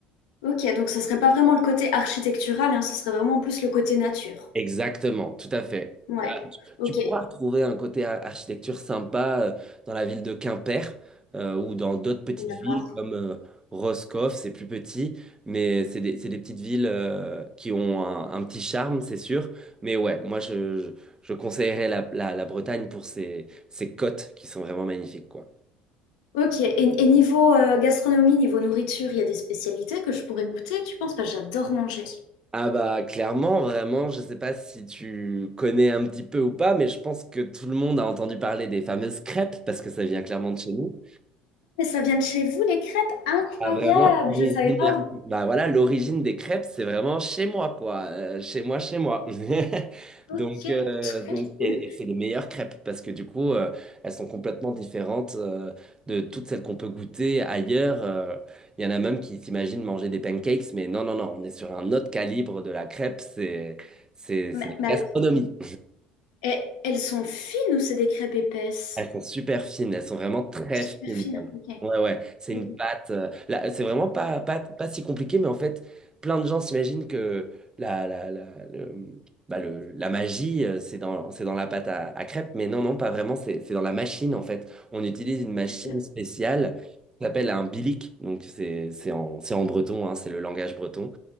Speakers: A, on the left (about 80°); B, on the right (about 20°).
A: Ok, donc ce serait pas vraiment le côté architectural, hein, ce serait vraiment plus le côté nature.
B: Exactement, tout à fait.
A: Ouais,
B: Euh,
A: ok,
B: tu pourras retrouver un côté a- architecture sympa euh, dans la ville de Quimper euh, ou dans d'autres petites
A: d'accord.
B: villes comme euh, Roscoff, c'est plus petit, mais c'est des, c'est des petites villes euh, qui ont un, un petit charme, c'est sûr. Mais ouais, moi je, je, je conseillerais la, la, la Bretagne pour ses, ses côtes qui sont vraiment magnifiques, quoi.
A: Ok, et, et niveau euh, gastronomie, niveau nourriture, il y a des spécialités que je pourrais goûter, tu penses? Parce que j'adore manger.
B: Ah bah clairement, vraiment, je sais pas si tu connais un petit peu ou pas, mais je pense que tout le monde a entendu parler des fameuses crêpes parce que ça vient clairement de chez nous.
A: Mais ça vient de chez vous, les crêpes? Incroyable,
B: Ah, vraiment, originaire.
A: je savais pas.
B: Bah voilà, l'origine des crêpes, c'est vraiment chez moi, quoi. Euh, chez moi, chez moi. <laughs>
A: Ok,
B: Donc, euh,
A: trop
B: donc
A: cool.
B: et, et c'est les meilleures crêpes parce que du coup, euh, elles sont complètement différentes euh, de toutes celles qu'on peut goûter ailleurs. Euh, Il y en a même qui s'imaginent manger des pancakes, mais non, non, non, on est sur un autre calibre de la crêpe. C'est, c'est, c'est
A: Mais,
B: de la
A: mais
B: gastronomie.
A: alors, et- elles sont fines ou c'est des crêpes épaisses?
B: Elles sont super fines, elles sont vraiment très
A: Super
B: fines.
A: fines,
B: même.
A: ok.
B: Ouais, ouais, c'est
A: Ok,
B: une pâte. euh, là, c'est vraiment pas, pas, pas si compliqué, mais en fait, plein de gens s'imaginent que la, la, la, le- bah, le- la magie, euh, c'est dans, c'est dans la pâte à, à crêpes, mais non, non, pas vraiment, c'est c'est dans la machine en fait. On utilise une machine
A: sérieux?
B: spéciale qui s'appelle un bilic, donc c'est c'est en, c'est en breton, hein, c'est le langage breton.